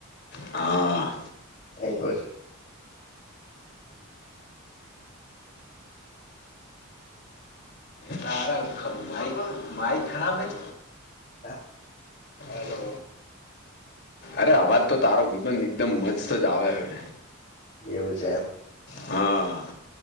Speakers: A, on the left (about 50°); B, on the left (about 35°).
A: હા.
B: એ હલકો છે.
A: તારા પણ માઇક ખરાબ હૈ.
B: હા,
A: હલો અરે અવાજ તો તારો વિબંધ એકદમ મજતજ આવે હવે
B: એવું છે એમ
A: હા